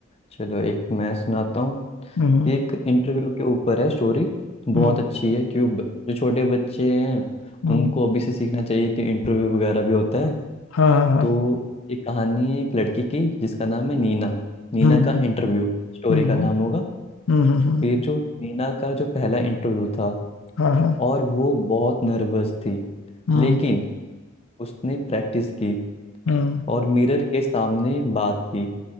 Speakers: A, on the left (about 30°); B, on the left (about 85°).
A: चलो एक मैं सुनाता हूँ
B: हम्म
A: ये एक इंटरव्यू के ऊपर है स्टोरी बहुत
B: हम्म
A: अच्छी है क्यों ब- जो छोटे बच्चे हैं
B: हम्म
A: उनको अभी से सीखना चाहिए कि इंटरव्यू वगैरह भी होता है
B: हाँ हाँ हाँ
A: तो ये कहानी है एक लड़की की जिसका नाम है नीना नीना
B: हम्म
A: का इंटरव्यू स्टोरी
B: हम्म
A: का नाम होगा
B: हम्म हम्म हम्म, हम्म,
A: फिर जो नीना का जो पहला इंटरव्यू था
B: हाँ हाँ
A: और वो बहुत नर्वस थी
B: हम्म
A: लेकिन उसने प्रैक्टिस की
B: हम्म
A: और मिरर के सामने बात की